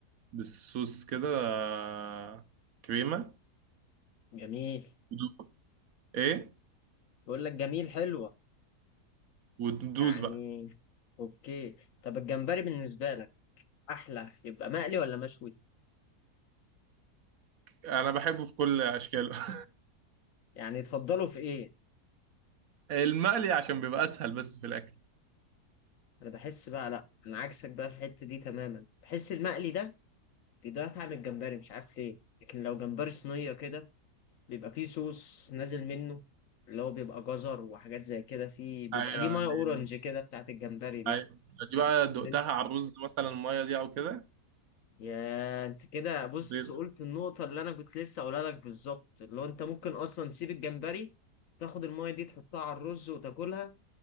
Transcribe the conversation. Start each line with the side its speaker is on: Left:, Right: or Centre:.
Right: بالصوص كده آه، كريمة
Left: جميل
Right: ودو- ايه
Left: بقول لك جميل حلوة
Right: وتدوس
Left: يعني
Right: بقى
Left: اوكي طب الجمبري بالنسبة لك احلى يبقى مقلي ولا مشوي
Right: انا بحبه في كل اشكاله <laughs>
Left: يعني تفضله في ايه
Right: المقلي عشان بيبقى اسهل بس في الاكل
Left: انا بحس بقى لا انا عكسك بقى في الحته دي تماما بحس المقلي ده بيضيع طعم الجمبري مش عارف ليه لكن لو جمبري صينيه كده بيبقى فيه صوص نازل منه اللي هو بيبقى جزر وحاجات زي كده فيه بيبقى
Right: ايوه
Left: ليه ميه اورنج
Right: لل-
Left: كده بتاعت الجمبري دي
Right: ايوه دي بقى دقتها
Left: اللي انت-
Right: على الرز مثلا الميه دي او كده
Left: يا انت كده بص
Right: خطير
Left: قلت النقطه اللي انا كنت لسه اقولها لك بالظبط اللي هو انت ممكن اصلا تسيب الجمبري تاخد الميه دي تحطها على الرز وتاكلها